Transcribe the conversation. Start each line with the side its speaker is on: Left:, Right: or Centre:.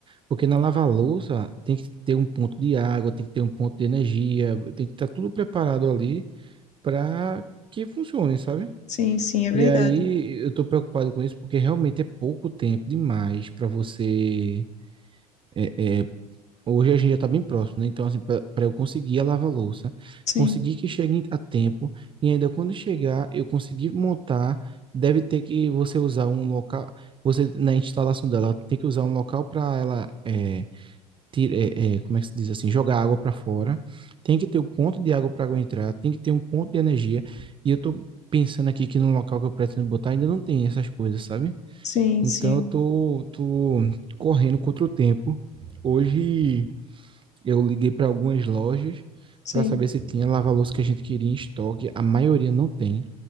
Right: porque na lava-louça tem que ter um ponto de água, tem que ter um ponto de energia, tem que estar tudo preparado ali para que funcione, sabe?
Left: sim, sim, é verdade.
Right: E aí eu tô preocupado com isso porque realmente é pouco tempo demais para você é, Hoje a gente já está bem próximo, né? Então, assim, para eu conseguir a lava-louça,
Left: Sim,
Right: conseguir que chegue a tempo, e ainda quando chegar, eu conseguir montar, deve ter que você usar um local, você na instalação dela, tem que usar um local para ela, é, tira, é, é, como é que se diz assim, jogar água para fora, tem que ter o ponto de água para água entrar, tem que ter um ponto de energia, e eu tô pensando aqui que no local que eu pretendo botar ainda não tem essas coisas, sabe?
Left: sim,
Right: Então,
Left: sim,
Right: eu tô, tô correndo contra o tempo. Hoje. Eu liguei para algumas lojas
Left: sim.
Right: para saber se tinha lava-louça que a gente queria em estoque. A maioria não tem.